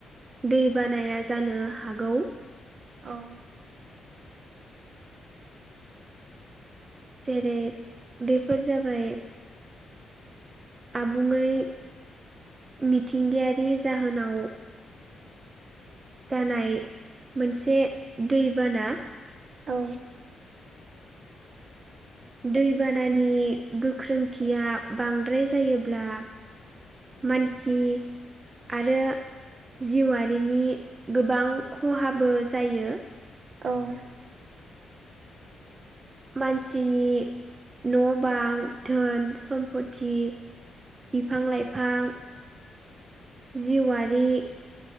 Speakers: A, on the right; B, on the right.
A: दै बानाया जानो हागौ
B: औ
A: जेरै बेफोर जाबाय आबुङै मिथिंगायारि जाहोनाव जानाय मोनसे दैबाना
B: औ
A: दैबानानि गोख्रोंथिया बांद्राय जायोब्ला मानसि आरो जिउआारिनि गोबां खहाबो जायो
B: औ
A: मानसिनि न' बां धोन सम्पथि बिफां लाइफां जिवारि